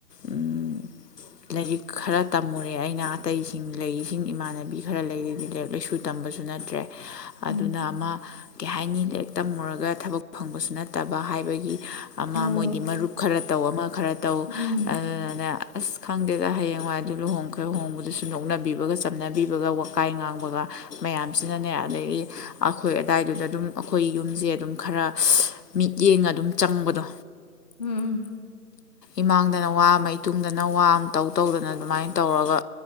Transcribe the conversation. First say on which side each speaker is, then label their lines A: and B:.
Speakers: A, on the left; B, on the left.
A: ꯎꯝ ꯂꯥꯏꯔꯤꯛ ꯈꯔ ꯇꯝꯃꯨꯔꯦ ꯑꯩꯅ ꯑꯇꯩꯁꯤꯡ ꯂꯩꯁꯤꯡ ꯏꯃꯥꯟꯅꯕꯤ ꯈꯔ ꯂꯩꯔꯗꯤ ꯂꯥꯏꯔꯤꯛ ꯂꯥꯏꯁꯨ ꯇꯝꯕꯁꯨ ꯅꯠꯇ꯭ꯔꯦ ꯑꯗꯨꯅ
B: ꯎꯝ
A: ꯑꯃ ꯀꯩ ꯍꯥꯏꯅꯤ ꯂ ꯇꯝꯃꯨꯔꯒ ꯊꯕꯛ ꯐꯪꯕꯁꯨ ꯅꯠ ꯅꯠꯇꯕ ꯍꯥꯏꯕꯒꯤ ꯑꯃ
B: ꯍꯣꯏ
A: ꯃꯣꯏꯗꯤ ꯃꯔꯨꯞ ꯈꯔ ꯇꯧ ꯑꯃ ꯈꯔ ꯇꯧ ꯇꯧ
B: ꯎꯝ
A: ꯑꯗꯨꯅꯅꯦ ꯑꯁ ꯈꯪꯗꯦꯗ ꯍꯌꯦꯡꯋꯥꯏ ꯑꯗꯨ ꯂꯨꯍꯣꯡꯈ꯭ꯔꯦ ꯂꯍꯣꯡꯕꯗꯨꯁꯨ ꯅꯣꯛꯅꯕꯤꯕꯒ ꯆꯝꯅꯕꯤꯕꯒ ꯋꯥꯀꯥꯏ ꯉꯥꯡꯕꯒ ꯃꯌꯥꯝꯁꯤꯅꯅꯦ ꯑꯗꯒꯤ ꯑꯩꯈꯣꯏ ꯑꯗꯥꯏꯗꯨꯗ ꯑꯗꯨꯝ ꯑꯩꯈꯣꯏ ꯌꯨꯝꯁꯦ ꯑꯗꯨꯝ ꯈꯔ ꯃꯤꯠꯌꯦꯡ ꯑꯗꯨꯝ ꯆꯪꯕꯗꯣ
B: ꯎꯝ
A: ꯏꯃꯥꯡꯗꯅ ꯋꯥ ꯑꯃ ꯏꯇꯨꯡꯗꯅ ꯋꯥ ꯑꯃꯇꯧ ꯇꯧꯗꯅ ꯑꯗꯨꯃꯥꯏꯅ ꯇꯧꯔꯒ